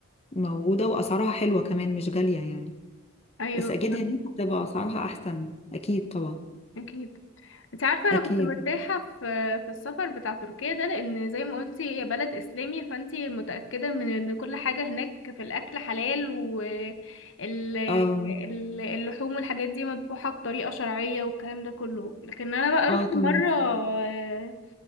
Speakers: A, on the left; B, on the left.
A: موجودة واسعارها حلوة كمان مش غالية يعني
B: ايوه
A: بس اكيد
B: فعلا
A: هناك هتبقى اسعارها احسن اكيد طبعا
B: اكيد انت عارفة انا
A: اكيد
B: كنت مرتاحة في في السفر بتاع تركيا ده لان زي ما قلتي هي بلد اسلامي فانت متأكدة من ان كل حاجة هناك في الاكل حلال واللحوم
A: اه
B: والحاجات دي مذبوحة بطريقة شرعية والكلام ده كله لكن انا بقى
A: اه
B: رحت
A: طبعا
B: مرة آه،